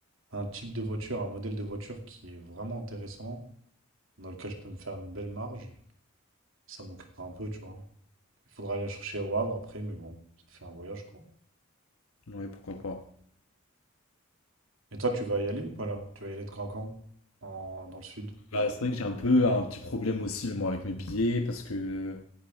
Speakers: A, on the right; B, on the left.
A: un type de voiture, un modèle de voiture qui est vraiment intéressant, dans lequel je peux me faire une belle marge. Ça m'occupe un peu, tu vois. Il faudra aller la chercher au Havre après, mais bon, ça fait un voyage quoi.
B: Ouais, pourquoi pas.
A: Et toi, tu vas y aller ou pas là? Tu vas y aller de quand à quand? En- dans le sud?
B: Bah, c'est vrai que j'ai un peu un petit problème aussi, moi, avec mes billets, parce que.